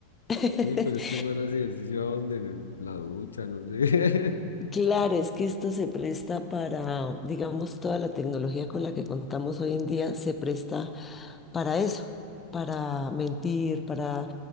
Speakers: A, on the left; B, on the left.
A: <laughs>
B: Sí, Uy, pero este man hace ejercicio a dónde, en el- la ducha, no sé. <laughs>
A: Claro, es que esto se presta para, digamos, toda la tecnología con la que contamos hoy en día se presta para eso, para mentir, para